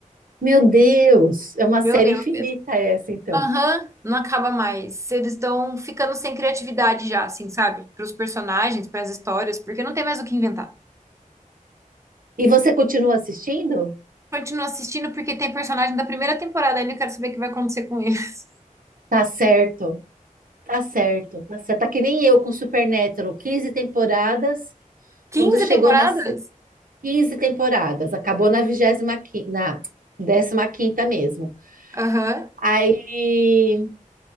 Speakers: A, on the right (about 85°); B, on the right (about 20°).
A: Meu Deus, é uma
B: Meu
A: série
B: Deus.
A: infinita essa, então.
B: Aham, não acaba mais. Eles estão ficando sem criatividade já, assim, sabe? Para os personagens, para as histórias, porque não tem mais o que inventar.
A: E você continua assistindo?
B: Continuo assistindo porque tem personagem da primeira temporada ainda, eu quero saber o que vai acontecer com ele. <laughs>
A: Tá certo. Tá certo. Tá certo. Tá que nem eu com Supernatural, 15 temporadas.
B: Quinze
A: Quando chegou
B: temporadas?
A: nas 15 temporadas, acabou na 25, na décima quinta mesmo.
B: Aham,
A: Aí,